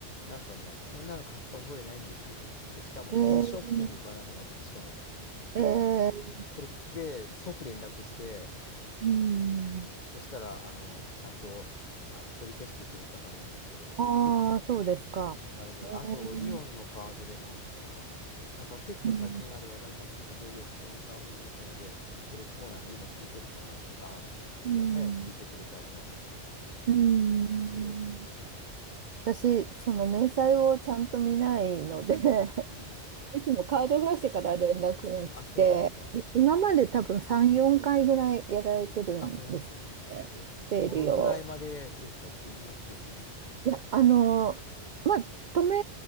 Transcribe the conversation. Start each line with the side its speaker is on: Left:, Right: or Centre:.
Left: なんかね、こんなの買った覚えないんですけどって言って、しかも
Right: えー、
Left: D ショッピングかなんかになってて、しかも、ドコモの。
Right: えー、
Left: これつで、即連絡して、
Right: うん。
Left: うん、そしたら、あの、ちゃんと、あの、取り消してくれたからいいんですけど、
Right: ああ、そうですか。
Left: うん、そう、2回ぐらい。
Right: えー、
Left: あと、イオンのカードでもあったな。なんか結構最近あれ話題になったけど、
Right: うん、
Left: よ、嫁さんの方で、これこうなんで今聞いてるからって言って、ああ、それ早く聞いてくれてありがとうって
Right: うん。うん。
Left: 言って。うん、そ
Right: 私、その明細をちゃんと見ないので <laughs>
Left: う。うん、いや、
Right: いつもカード会社から連絡が来て、
Left: あ、そうですか。
Right: い今まで多分3、
Left: うん。
Right: 4回ぐらいやられてるんですよね。
Left: あ、本当に。え、
Right: 整理を。
Left: どのくらいまでですか、金額的に。
Right: いや、あのーまあ、止め